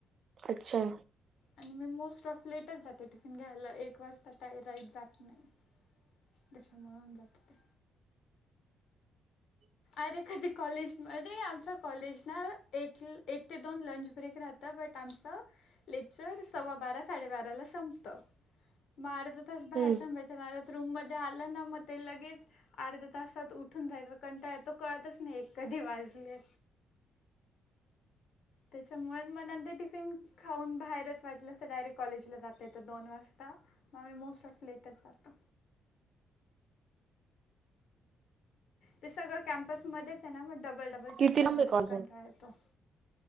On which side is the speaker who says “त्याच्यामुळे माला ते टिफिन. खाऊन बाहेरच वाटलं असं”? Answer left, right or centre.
Left